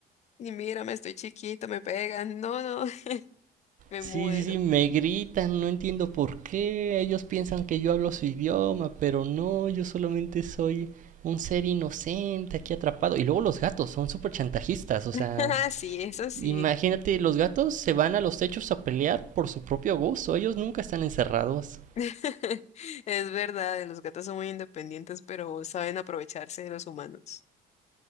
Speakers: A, on the left (about 40°); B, on the right (about 50°).
A: Y mírame, estoy chiquito, me pegan. No, no, <laughs> me
B: Sí,
A: muero.
B: sí, sí, me gritan, no entiendo por qué. Ellos piensan que yo hablo su idioma, pero no, yo solamente soy un ser inocente aquí atrapado. Y luego los gatos son súper chantajistas, o
A: <laughs>
B: sea,
A: Sí, eso sí.
B: imagínate, los gatos se van a los techos a pelear por su propio gusto, ellos nunca están encerrados.
A: <laughs> Es verdad, los gatos son muy independientes, pero saben aprovecharse de los humanos.